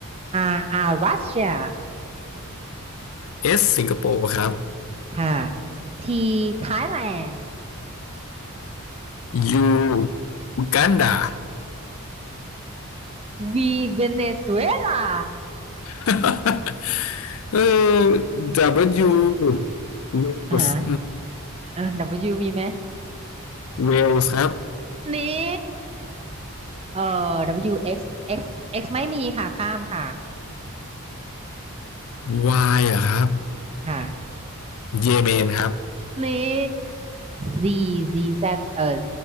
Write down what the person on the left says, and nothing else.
เอสสิงคโปร์ครับ
ยูอูกันดา
<laughs> เออดับเบิลยูเวลส์
เวลส์ครับ
วายเหรอครับ
เยเมนครับ